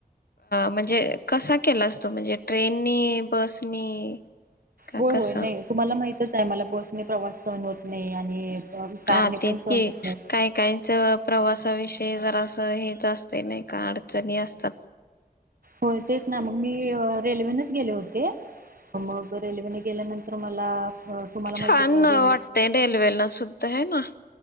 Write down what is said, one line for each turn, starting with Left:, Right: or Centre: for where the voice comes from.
Left: म्हणजे कसा केला असतो म्हणजे ट्रेननी बसनी? का
Right: हो
Left: कसं
Right: होय नाही तुम्हाला माहित आहे मला बस नाही प्रवास सहन होत नाही आणि कारने
Left: हा
Right: पण
Left: ते
Right: सहन
Left: काही
Right: होत नाही
Left: काहीच प्रवासाविषयी जरा अस हे असते नाही का अडचणी असतात.
Right: होय तेच ना मग मी रेल्वेनेच गेले होते मग रेल्वेने गेल्यानंतर मला तुम्हाला माहितीच
Left: छान
Right: आहे
Left: वाटतय
Right: रेल
Left: रेल्वेला सुद्धा आहे ना.